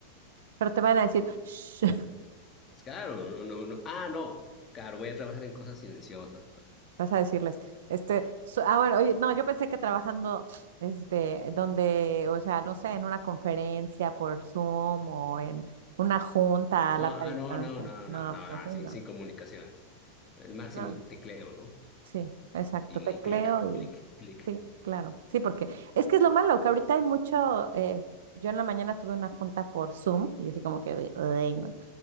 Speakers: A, on the right; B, on the left.
A: Pero te van a decir, "Shh", <laughs>
B: Es claro, no, no, no. Ah, no, claro, voy a trabajar en cosas silenciosas, pues.
A: vas a decirles, este, so- ah, bueno, oye, no, yo pensé que trabajando, este, donde, o sea, no sé, en una conferencia por Zoom o en una junta
B: No,
A: a larga
B: ah,
A: distancia.
B: no, no, no,
A: No,
B: no, no,
A: pues
B: no,
A: así
B: sin,
A: no.
B: sin comunicaciones. El máximo
A: No,
B: tecleo, ¿no?
A: sí, exacto,
B: Y,
A: tecleo
B: y clic, y clic,
A: y
B: clic.
A: sí, claro. Sí, porque es que es lo malo, que ahorita hay mucho, eh, yo en la mañana tuve una junta por Zoom y así como que, de, "Ay, no,